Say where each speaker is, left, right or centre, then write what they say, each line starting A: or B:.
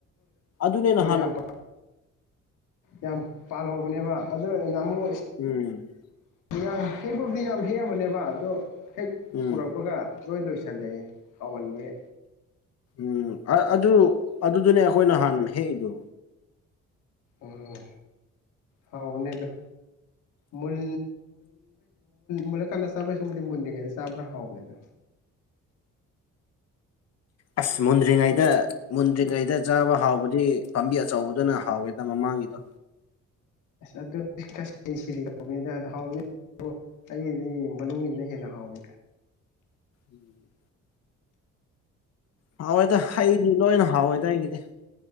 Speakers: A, on the left; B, on the left.
A: ꯑꯗꯨꯅꯦ ꯅꯍꯥꯟ
B: ꯌꯥꯝ ꯌꯥꯝ ꯄꯥꯜꯍꯧꯕꯅꯦꯕ ꯑꯗꯨ ꯉꯃꯣ
A: ꯎꯝ
B: ꯌꯥꯝ ꯍꯦꯛꯄꯕꯨꯗꯤ ꯌꯥꯝ ꯍꯦꯛꯑꯕꯅꯦꯕ ꯑꯗꯣ ꯍꯦꯛ
A: ꯎꯝ
B: ꯄꯨꯔꯛꯄꯒ ꯂꯣꯏ ꯂꯣꯏꯁꯤꯜꯂꯛꯦ ꯍꯥꯎꯃꯟꯕꯒꯤ
A: ꯎꯝ ꯑꯗꯨ ꯑꯗꯨꯗꯨꯅꯦ ꯑꯩꯈꯣꯏ ꯅꯍꯥꯟ ꯍꯦꯛꯏꯗꯣ
B: ꯎꯝ ꯍꯥꯎꯅꯦꯗꯣꯕ ꯃꯨꯟ ꯃꯨꯜꯂꯛꯀꯥꯟꯗ ꯆꯥꯕ ꯁꯕꯨꯗꯤ ꯃꯨꯟꯗꯔꯤꯉꯩꯗ ꯆꯥꯕ꯭ꯔꯥ ꯍꯥꯎꯕꯅꯦ ꯑꯗꯣ
A: ꯑꯁ ꯃꯨꯟꯗ꯭ꯔꯤꯉꯩꯗ
B: ꯍꯦꯛ
A: ꯃꯨꯗ꯭ꯔꯤꯉꯩꯗ ꯆꯥꯕ ꯍꯥꯎꯕꯗꯤ ꯄꯥꯝꯕꯤ ꯑꯆꯧꯕꯗꯨꯅ ꯍꯥꯎꯋꯦꯗ ꯃꯃꯥꯡꯒꯤꯗꯣ
B: ꯑꯗꯨ ꯁꯤ ꯍꯕꯅꯤꯗ ꯍꯥꯎꯕꯅꯤ ꯑꯣ ꯑꯩꯒꯤꯗꯤ ꯃꯅꯨꯡꯁꯤꯁꯤꯅ ꯍꯦꯟꯅ ꯍꯥꯎꯋꯤ
A: ꯎꯝ ꯍꯥꯎꯋꯏꯗ ꯍꯩꯗꯤ ꯂꯣꯏꯅ ꯍꯥꯎꯋꯦꯗ ꯑꯩꯒꯤꯗꯤ